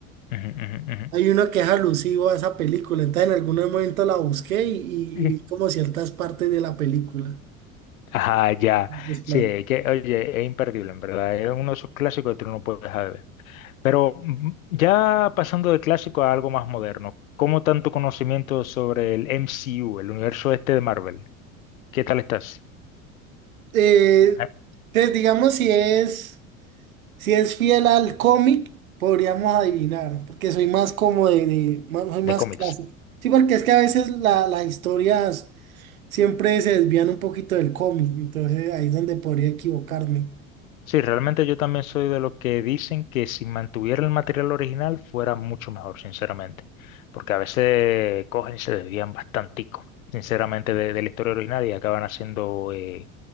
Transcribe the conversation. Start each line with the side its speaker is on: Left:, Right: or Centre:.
Left: Ujú, ujú, ujú, ujú.
Right: hay uno que es alusivo a esa película. Entonces en algún momento la busqué y, y-
Left: Sí.
Right: y vi como ciertas partes de la película.
Left: Ajá, ya.
Right: los planos.
Left: Sí, que, oye, es imperdible, en verdad. Es uno de esos clásicos que tú no puedes dejar de ver. Pero mm, ya pasando de clásico a algo más moderno, ¿cómo tanto conocimiento sobre el MCU, el universo este de Marvel? ¿Qué tal estás?
Right: Eh,
Left: Ah,
Right: entonces digamos si es. Si es fiel al cómic, podríamos adivinar, porque soy más como de, de- más- soy más
Left: De cómics.
Right: clásico. Sí, porque es que a veces la- las historias siempre se desvían un poquito del cómic, entonces ahí es donde podría equivocarme.
Left: Sí, realmente yo también soy de los que dicen que si mantuviera el material original fuera mucho mejor, sinceramente. Porque a veces cogen y se desvían bastantico, sinceramente, de, de la historia original y acaban haciendo eh,